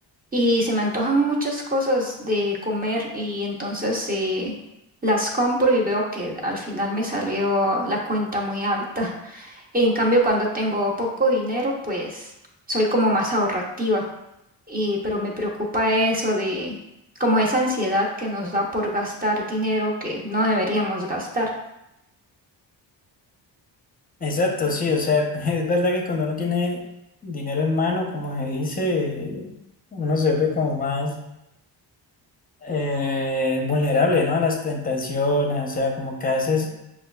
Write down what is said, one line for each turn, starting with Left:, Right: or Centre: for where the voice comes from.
Right: Y se me antojan muchas cosas de comer y entonces eh, las compro y veo que al final me salió la cuenta muy alta. <laughs> En cambio, cuando tengo poco dinero, pues soy como más ahorrativa. Y, pero me preocupa eso de como esa ansiedad que nos da por gastar dinero que no deberíamos gastar.
Left: Exacto, sí, o sea, <laughs> es verdad que cuando uno tiene dinero en mano, como se dice, uno se ve como más eh, vulnerable, ¿no? A las tentaciones, o sea, como que a veces